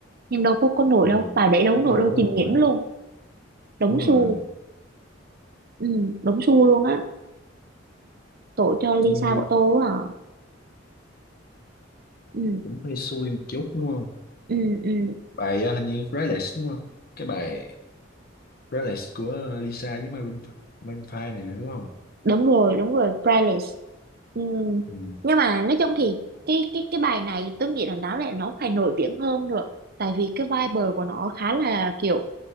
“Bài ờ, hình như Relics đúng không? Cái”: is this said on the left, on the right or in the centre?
Left